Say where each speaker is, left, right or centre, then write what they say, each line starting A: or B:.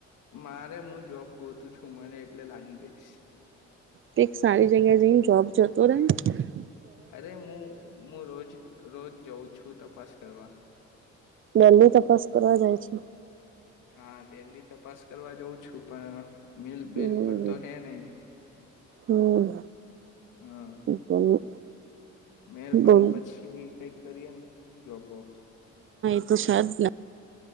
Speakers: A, on the left; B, on the right.
A: મારે જોબ ગોતું હું મને એટલે લાગી જઈશ.
B: કોઈક સારી જગ્યા જઈને જોબ જતો રહેે ન.
A: અરે હું હું રોજ રોજ જઉં છું તપાસ કરવા.
B: ડેલી તપાસ કરવા જાય છે?
A: હા ડેલી તપાસ કરવા જાઉં છું પણ. મિલ બલ
B: હમ
A: પર તો હૈ નહી
B: હમ
A: હા.
B: હમ
A: મેલ
B: બોલ
A: પડે પછી કઈક કરીએ ને જોબ વોબ.
B: તે તો છે જ ને.